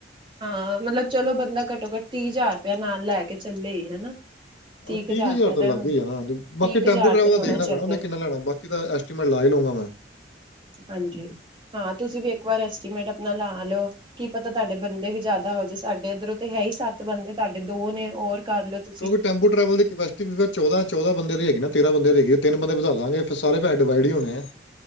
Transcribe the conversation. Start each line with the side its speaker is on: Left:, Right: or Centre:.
Right: ਹਾਂ ਮਤਲਬ ਚਲੋ ਬੰਦਾ ਘੱਟੋ ਘੱਟ ਤੀਹ ਹਜ਼ਾਰ ਰੁਪਇਆ ਨਾਲ ਲੈ ਕੇ ਚੱਲੇ ਹੀ ਹਨਾ ਤੀਹ
Left: ਹ ਤੀ ਕੁ ਹਜ਼ਾਰ
Right: ਰੁਪਇਆ ਤੇ
Left: ਲੱਗ
Right: ਹੁਣ
Left: ਹੀ ਜਾ ਨਾ
Right: ਤੀਹ
Left: ਬਾਕੀ
Right: ਕੁ ਹਜ਼ਾਰ
Left: ਟੈਂਪੂ ਟਰੈਵਲ
Right: ਤੇ
Left: ਦਾ
Right: ਹੋਣਾ
Left: ਦੇਖਣਾ
Right: ਚਾਹੀਦਾ
Left: ਪੈਣਾ ਉਹਨੇ ਕਿੰਨਾ ਲੈਣਾ ਬਾਕੀ ਤਾਂ ਐਸਟੀਮੇਟ ਲਾ ਹੀ ਮੈਂ
Right: ਹਾਂਜੀ ਹਾਂ ਤੁਸੀਂ ਵੀ ਇੱਕ ਵਾਰ ਐਸਟੀਮੇਟ ਆਪਣਾ ਲਾ ਲਓ ਕੀ ਪਤਾ ਤੁਹਾਡੇ ਬੰਦੇ ਵੀ ਜ਼ਿਆਦਾ ਜੇ ਸਾਡੇ ਇੱਧਰੋਂ ਤੇ ਹੈ ਹੀ ਸੱਤ ਬੰਦੇ ਤੁਹਾਡੇ ਦੋ ਨੇ ਹੋਰ ਕਰ ਲਓ ਤੁਸੀਂ
Left: ਕਿਉਂਕਿ ਟੈਂਪੂ ਟਰੈਵਲ ਦੀ ਕਪੈਸਿਟੀ ਵੀ ਫ ਚੌਦਾਂ ਚੌਦ ਬੰਦ ਦੀ ਹੈਗੀ ਨਾ ਤੇਰਾਂ ਬੰਦੇ ਰ ਗਏ ਤਿੰਨ ਬਦੇ ਵਧਾਵਾਂ ਫ ਸਾਰੇੈਸ ਡਿਵਾਡ ਹੀ ਹੋਣੇ ਆ